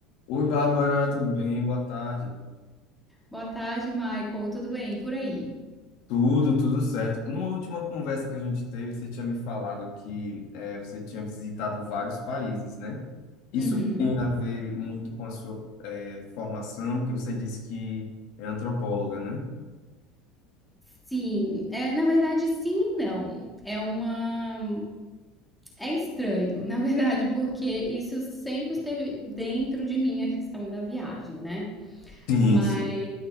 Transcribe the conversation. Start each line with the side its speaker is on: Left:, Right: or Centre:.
Left: Oi, Bárbara, tudo bem? Boa tarde.
Centre: Boa tarde, Michael. Tudo bem? E por aí?
Left: Tudo, tudo certo. Numa última conversa que a gente teve, você tinha me falado que eh, você tinha visitado vários países, né? Isso
Centre: Uhum.
Left: tem a ver muito com a sua eh, formação, porque você disse que é antropóloga, né?
Centre: Sim, é, na verdade, sim e não. É uma. É estranho, <laughs> na verdade, porque isso sempre esteve dentro de mim a questão da viagem, né?
Left: Sim,
Centre: Mas
Left: sim.